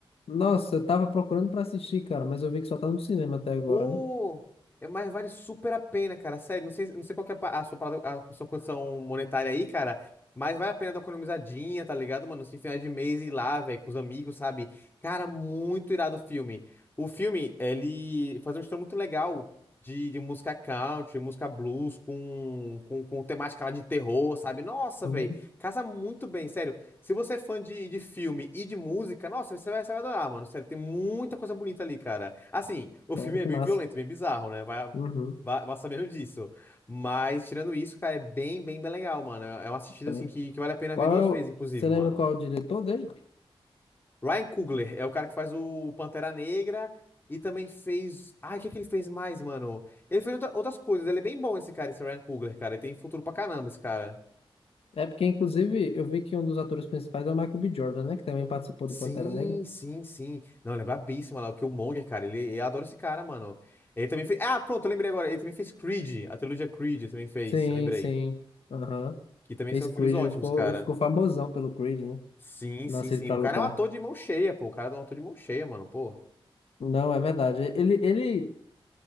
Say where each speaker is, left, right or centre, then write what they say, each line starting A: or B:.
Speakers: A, on the left; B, on the left.
A: Nossa, eu tava procurando pra assistir, cara, mas eu vi que só tá no cinema até agora,
B: Pô,
A: né?
B: é- mas vale super a pena, cara. Sério, não sei, não sei qual que é a pa- a sua, parada- a sua condição monetária aí, cara. Mas vale a pena dar uma economizadinha, tá ligado, mano? Se final de mês ir lá, velho, com os amigos, sabe? Cara, muito irado o filme. O filme, ele faz um mistura muito legal de, de música country, música blues com, com, com temática lá de terror, sabe? Nossa,
A: Uhum.
B: velho, casa muito bem, sério. Se você é fã de, de filme e de música, nossa, você vai, você vai adorar, mano. Sério, tem muita coisa bonita ali, cara. Assim, o filme
A: Sério,
B: é
A: que
B: bem
A: massa.
B: violento, bem bizarro, né? Vai,
A: Uhum,
B: vai, vai sabendo disso. Mas, tirando isso, cara, é bem, bem, bem legal, mano. É é uma assistida,
A: sério.
B: assim, que, que vale a pena
A: Qual
B: ver duas
A: é o...
B: vezes, inclusive,
A: Você lembra
B: mano.
A: qual é o diretor dele?
B: Ryan Coogler é o cara que faz o Pantera Negra e também fez. Ai, o que que ele fez mais, mano? Ele fez outra- outras coisas. Ele é bem bom, esse cara, esse Ryan Coogler, cara. Ele tem futuro pra caramba, esse cara.
A: É porque, inclusive, eu vi que um dos atores principais é o Michael B. Jordan, né? Que também participou
B: Sim,
A: do Pantera Negra.
B: sim, sim. Não, lembra brabíssimo lá, que o Killmonger, cara, ele, eu adoro esse cara, mano. Ele também fez. Ah, pronto, eu lembrei agora. Ele também fez Creed, a trilogia Creed ele também fez,
A: Sim,
B: lembrei.
A: sim. Aham.
B: Que também
A: Fez
B: são
A: Creed,
B: filmes ótimos,
A: ele ficou,
B: cara.
A: ele ficou famosão pelo Creed, né?
B: Sim,
A: Nascido
B: sim, sim.
A: pra
B: O
A: lutar.
B: cara é um ator de mão cheia, pô. O cara é um ator de mão cheia, mano, pô.
A: Não, é verdade. Ele, ele,